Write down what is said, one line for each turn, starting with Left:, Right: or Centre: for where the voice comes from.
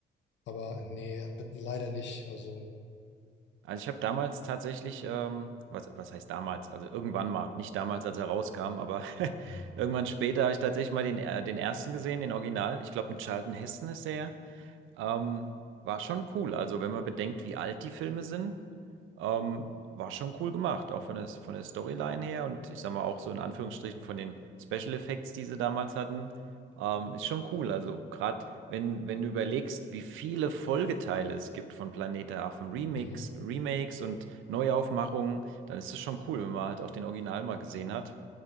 Left: Aber nee, leider nicht. Also,
Right: Also ich habe damals tatsächlich, ähm, was, was heißt damals? Also irgendwann mal, nicht damals, als er rauskam, aber <laughs>
Left: hm,
Right: irgendwann später habe ich tatsächlich mal den, äh, den ersten gesehen, den Original. Ich glaube, mit Charlton Heston ist der ja. Ähm, war schon cool. Also, wenn man bedenkt, wie alt die Filme sind, ähm, war schon cool gemacht. Auch von der, von der Storyline her und ich sag mal auch so in Anführungsstrichen von den Special Effects, die sie damals hatten, ähm, ist schon cool. Also, gerade wenn, wenn du überlegst, wie viele Folgeteile es gibt von Planet der Affen, Remix,
Left: mhm.
Right: Remakes und Neuaufmachungen, dann ist es schon cool, wenn man halt auch den Original mal gesehen hat.